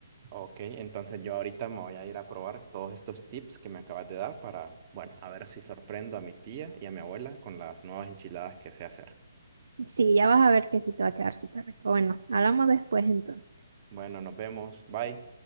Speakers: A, on the right (about 35°); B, on the right (about 75°).
A: Ok, entonces yo ahorita me voy a ir a probar todos estos tips que me acabas de dar para, bueno, a ver si sorprendo a mi tía y a mi abuela con las nuevas enchiladas que sé hacer.
B: Sí, ya vas a ver que sí te va a quedar súper rico. Bueno, hablamos después entonces.
A: Bueno, nos vemos. Bye.